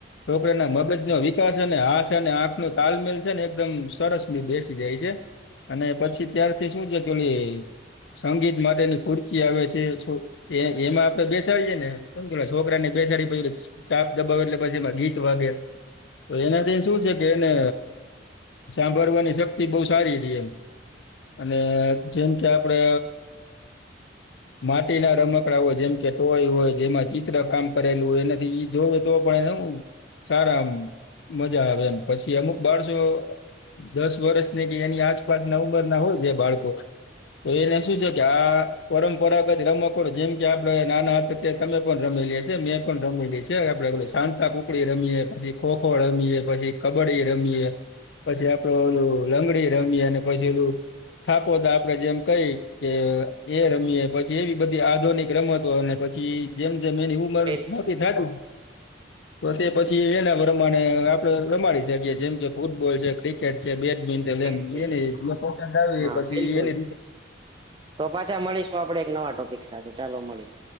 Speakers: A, on the left; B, on the right.
A: છોકરાના મગજનો વિકાસ અને હાથ અને આંખ નો તાલમેલ છે ને એકદમ સરસ મી બેસી જાય છે. અને પછી ત્યારથી શું જતું લે સંગીત માટેની કુર્તી આવે છે એ સો એ એમાં આપડે બેસાડીએ ને કેમ છોકરા ને બેસાડી પછી <unintelligible> ચાપ દબાવે એટલે પછી એમાં ગીત વાગે. તો એનાથી શું છે કે એને સાંભળવાની શક્તિ બહું સારી રે એમ. એટલે જેમ કે આપડે માટીના રમકડાઓ જેમ કે ટોય હોય જેમાં ચિત્ર કામ કરેલું હોય એના થી ઈ જોવો તો પણ એને સારા આમ મજા આવે એમ પછી અમુક બાળસો દસ વર્ષ ને કે એની આસપાસ ના ઉંમર ના હોય બાળકો તો એને શું છે. કે આ પરંપરાગત રમકડાં જેમ કે આપડે નાના હતા તે તમે પણ રમેલી હશે મે પણ રમેલી છે આપડે પેલું સાતાપુકડી રમીએે પછી ખોખો રમીએે પછી કબડ્ડી રમીએ. પછી આપડે ઓલું લંગડી રમી અને પછી ઓલું થાપોદા આપડે જેમ કઈ કે એ રમીએ પછી એવી બધી આધુનિક રમતો અને પછી જેમ જેમ એની ઉ ઉમર
B: બિલકુલ
A: મોટી થા તું તો પછી એના પ્રમાણે આપડે રમાડી શકીએ જેમ કે ફૂટબોલ છે્રિક. ટ છે બેડમિન્ટન એમ
B: બિલકુલ.
A: એ જે પસંદ આવે
B: હા
A: પછી
B: બિલકુલ
A: એની રીતે.
B: તો પાછા મળીશું આપડે એક નવા ટોપિક સાથે ચાલો મળીશ.